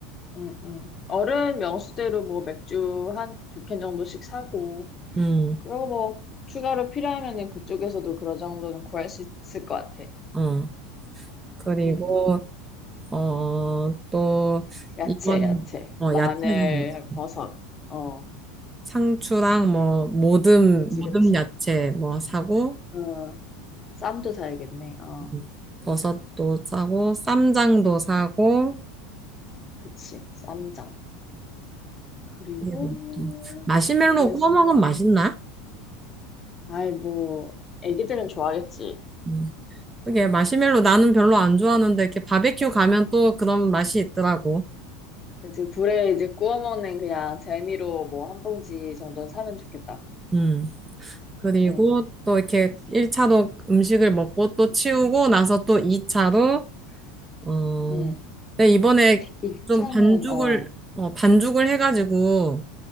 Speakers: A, on the left (about 30°); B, on the right (about 20°).
A: 음, 음. 어른 명수대로 뭐 맥주 한 두 캔 정도씩 사고.
B: 음,
A: 그리고 뭐 추가로 필요하면은 그쪽에서도 그런 정도는 구할 수 있을 것 같아.
B: 어 그리고
A: 응, 응.
B: 어 또
A: 야채,
B: 이번
A: 야채.
B: 어
A: 마늘,
B: 야채 사야지.
A: 버섯. 어,
B: 상추랑 뭐 모듬
A: 그치,
B: 모듬
A: 그치.
B: 야채 뭐 사고
A: 어, 쌈도 사야겠네. 어,
B: 음, 버섯도 사고 쌈장도 사고
A: 그치. 쌈장. 그리고
B: 이거부터. 마시멜로
A: 뭐가
B: 구워
A: 있을까?
B: 먹으면 맛있나?
A: 아이, 뭐, 애기들은 좋아하겠지.
B: 음. 그게 마시멜로 나는 별로 안 좋아하는데 이렇게 바베큐 가면 또 그런 맛이 있더라고.
A: 그치, 불에 이제 구워 먹는 그냥 재미로 뭐 한 봉지 정도는 사면 좋겠다.
B: 음. 그리고
A: 응, 응,
B: 또 이렇게 1차로 음식을 먹고 또 치우고 나서 또 2차로 어
A: 응.
B: 근데 이번에
A: 1차는,
B: 좀 반죽을
A: 어,
B: 어 반죽을 해가지고